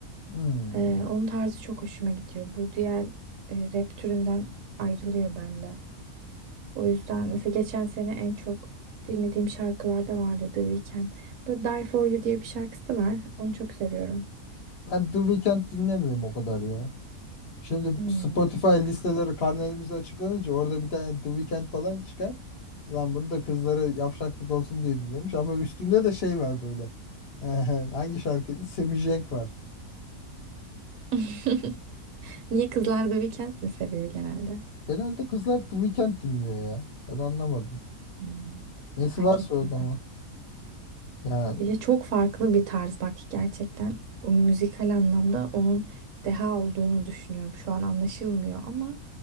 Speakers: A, on the left; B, on the right.
A: Hmm.
B: Ee, onun tarzı çok hoşuma gidiyor. Bu diğer e, rap türünden ayrılıyor bende. O yüzden mesela geçen sene en çok dinlediğim şarkılarda vardı The Weeknd. Böyle Die For You diye bir şarkısı da var. Onu çok seviyorum.
A: Ben The Weeknd dinlemiyorum o kadar ya. Şimdi
B: Hmm.
A: Spotify listeleri karnelimiz açıklanınca orada bir tane The Weeknd falan çıkar. Lan bunu da kızlara yavşaklık olsun diye dinlemiş ama üstünde de şey var böyle. <laughs> Hangi şarkıydı? Semih Cenk var.
B: <laughs> Niye kızlar The Weeknd mi seviyor genelde?
A: Genelde kızlar The Weeknd dinliyor ya. Ben anlamadım.
B: Hmm,
A: Nesi
B: fark
A: varsa
B: etmedim.
A: o da ama. Ya
B: Ya çok farklı bir tarz bak gerçekten o müzikal anlamda onun deha olduğunu düşünüyorum. Şu an anlaşılmıyor ama